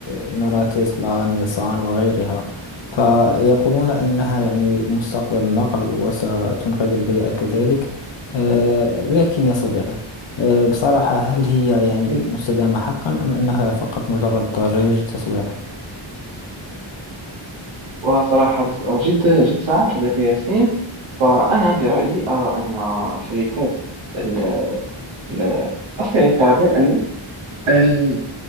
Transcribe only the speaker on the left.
آه، نرى تسلا نيسان وغيرها فيقولون أنها يعني مستقبل النقل وستنقذ البيئة كذلك آه، لكن يا صديقي آه، بصراحة هل هي يعني
مستدامة حقا أم أنها فقط مجرد ضجيج تسويقي؟